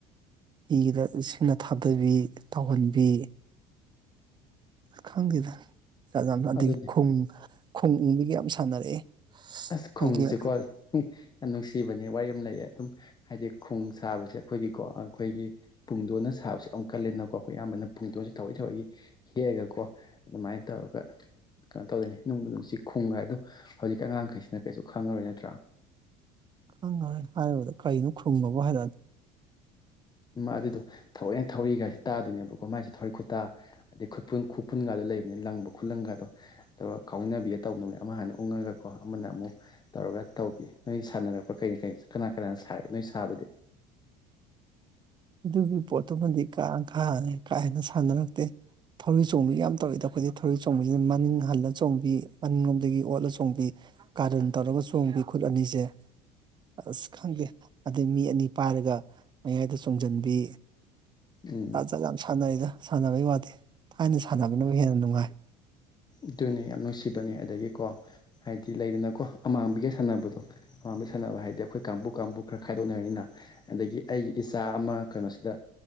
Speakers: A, on the right; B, on the left.
A: ꯍꯤꯒꯤꯗ ꯁꯤꯡꯅ ꯊꯥꯗꯕꯤ ꯇꯧꯍꯟꯕꯤ ꯈꯪꯗꯦꯗ ꯑꯗꯒꯤ
B: ꯑꯗꯨꯅꯤ
A: ꯈ ꯈꯨꯡꯪꯕꯤꯒ ꯌꯥꯝ ꯁꯥꯟꯅꯔꯛꯑꯦ
B: ꯑꯁ
A: ꯑꯩꯈꯣꯏꯒꯤ
B: ꯈꯣꯡꯁꯤꯦꯀꯣ ꯌꯥꯝ ꯅꯨꯡꯁꯤꯕꯅꯦ ꯋꯥꯔꯤ ꯑꯃ ꯂꯩꯌꯦ ꯑꯗꯨꯝ ꯍꯥꯏꯗꯤ ꯈꯣꯡ ꯁꯥꯕꯁꯦ ꯑꯩꯈꯣꯏꯒꯤ ꯑꯩꯈꯣꯏꯒꯤ ꯄꯨꯡꯗꯣꯟꯅ ꯁꯥꯕꯕꯁꯤꯦ ꯑꯃꯨꯛ ꯀꯂꯦꯅꯀꯣ ꯑꯩꯈꯣꯏ ꯑꯌꯥꯝꯕꯅ ꯄꯨꯡꯗꯣꯟꯁꯦ ꯊꯋꯥꯑꯣꯏ ꯊꯋꯥꯏꯒꯤ ꯍꯦꯛꯑꯒꯀꯣ ꯑꯗꯨꯃꯥꯏꯅ ꯇꯧꯔꯒ ꯀꯩꯅꯣ ꯇꯧꯗꯣꯏꯅꯤ ꯅꯨꯡꯕꯨ ꯅꯨꯡꯁꯤ ꯈꯨꯝꯒ ꯑꯗꯨꯣ ꯍꯧꯖꯤꯛ ꯑꯉꯥꯡꯈꯩꯁꯤꯅ ꯀꯩꯁꯨ ꯈꯪꯉꯔꯣꯏ ꯅꯠꯇ꯭ꯔꯥ
A: ꯈꯪꯈꯔꯦ ꯍꯥꯏꯔꯕꯗ ꯀꯔꯤꯅꯣ ꯈꯔꯨꯝꯃꯕ ꯍꯥꯏꯔꯛꯗꯤ
B: ꯑꯗꯨꯗꯣ ꯊꯑꯣꯏꯅ ꯊꯧꯔꯤꯒꯁꯤ ꯇꯥꯗꯣꯏꯅꯦꯕꯀꯣ ꯃꯥꯁꯦ ꯊꯧꯔꯤ ꯈꯨꯇꯥ ꯑꯗꯩ ꯈꯨꯐꯨꯟꯒꯗꯣ ꯂꯩꯕꯅꯤ ꯂꯪꯕ ꯈꯨꯠꯂꯪꯒꯗꯣ ꯑꯗꯨꯒ ꯀꯥꯎꯅꯕꯤꯒ ꯇꯧꯅꯕꯃꯤ ꯑꯃ ꯍꯅ ꯎꯡꯉꯒꯀꯣ ꯑꯃꯅ ꯑꯃꯨꯛ ꯇꯧꯔꯒ ꯇꯧꯕꯤ ꯅꯣꯏ ꯁꯥꯟꯅꯔꯛꯄꯥ ꯀꯩꯅ ꯀꯩ ꯀꯅꯥ ꯀꯅꯥꯅ ꯁꯥꯏ ꯅꯣꯏ ꯁꯥꯕꯗꯤ
A: ꯑꯗꯨꯒꯤ ꯄꯣꯠꯇꯨꯃꯗꯤ ꯀꯥꯈꯥ ꯀꯥ ꯍꯦꯟꯅ ꯁꯥꯟꯅꯔꯛꯇꯦ ꯊꯧꯔꯤ ꯆꯣꯡꯕꯤ ꯌꯥꯝ ꯇꯧꯋꯤꯗ ꯑꯩꯈꯣꯏꯗꯤ ꯊꯧꯔꯤ ꯆꯣꯡꯕꯁꯤꯅ ꯃꯅꯤꯡ ꯍꯜꯂ ꯆꯣꯡꯕꯤ ꯃꯅꯤꯡꯂꯣꯝꯗꯒꯤ ꯑꯣꯠꯂ ꯆꯣꯡꯕꯤ ꯀꯥꯔꯟ ꯇꯧꯔꯒ ꯆꯣꯡꯕꯤ ꯈꯨꯠ ꯑꯅꯤꯁꯦ ꯑꯁ ꯈꯪꯗꯦ ꯑꯗꯩ ꯃꯤ ꯑꯅꯤ ꯄꯥꯏꯔꯒ ꯃꯌꯥꯏꯗ ꯇꯨꯡꯁꯤꯟꯕꯤ
B: ꯎꯝ
A: ꯖꯥꯠ ꯖꯥ ꯌꯥꯝ ꯁꯥꯟꯅꯩꯔꯤꯗ ꯁꯥꯟꯅꯕꯩ ꯋꯥꯗꯦ ꯊꯥꯏꯅ ꯁꯥꯟꯅꯕꯅꯕꯕꯨ ꯍꯦꯟꯅ ꯅꯨꯡꯉꯥꯏ
B: ꯑꯗꯨꯅꯦ ꯌꯥꯝ ꯅꯨꯡꯁꯤꯕꯅꯦ ꯑꯗꯒꯤꯀꯣ ꯍꯥꯏꯗꯤ ꯂꯩꯗꯅꯀꯣ ꯑꯃꯥꯡꯕꯤꯒ ꯁꯥꯟꯅꯕꯗꯣ ꯃꯥꯡꯕꯤ ꯁꯥꯟꯅꯕ ꯍꯥꯏ ꯑ ꯑꯩꯈꯣꯏ ꯀꯥꯡꯕꯨ ꯀꯥꯡꯕꯨ ꯈꯔ ꯈꯥꯏꯗꯣꯛꯅꯔꯅꯤꯅ ꯑꯗꯒꯤ ꯑꯩꯒꯤ ꯏꯆꯥ ꯑꯃ ꯀꯩꯅꯣꯁꯤꯗ